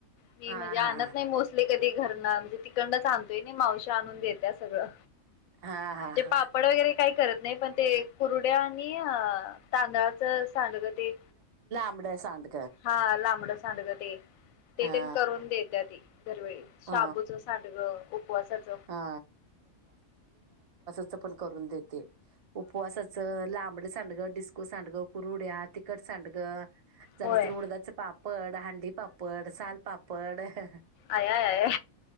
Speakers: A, on the left; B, on the right.
A: मी
B: हा
A: म्हणजे आणत
B: हा
A: नाही मोस्टली कधी <unintelligible> म्हणजे तिकडणंच आणतोय नाही मावशी आणून देत्या सगळं.
B: हां हां
A: म्हणजे
B: हां.
A: पापड वगैरे काही करत नाही पण ते कुरुड्या आणि अ तांदळाचं सांडगं ते
B: <unintelligible> सांड
A: हा लांबडच. सांडग ते. ते
B: हा
A: तेन, करून देत्या, ती. दरवेळी
B: ह
A: शाबूचं सांडग, उपवासाच.
B: हा च, पण करून देते. उपवासाच लांबड सां. सांडगं, डिस्को सांडगं, कुरुड्या, तिखट सांडगं. झालं
A: होय.
B: तर, उडदाचे पापड, हांडीपापड, सालपापड. पढ.
A: आया, आया.